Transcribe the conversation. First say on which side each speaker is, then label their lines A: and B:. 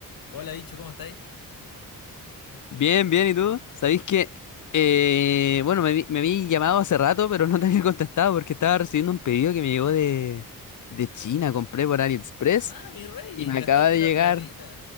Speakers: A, on the left; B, on the left.
A: Hola, bicho, ¿cómo estáis?
B: Bien, bien, ¿y tú? ¿Sabéis que, eh, bueno, me, vi- me habí llamado hace rato, pero no te había contestado porque estaba recibiendo un pedido que me llegó de, de China, compré por AliExpress
A: Ah, mi rey,
B: y me acaba
A: gastando
B: de
A: la
B: llegar.
A: platita.